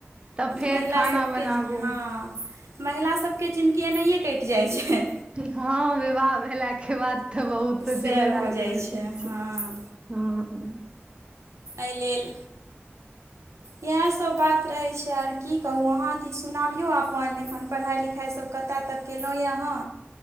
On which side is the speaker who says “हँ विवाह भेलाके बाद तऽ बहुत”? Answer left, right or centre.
Right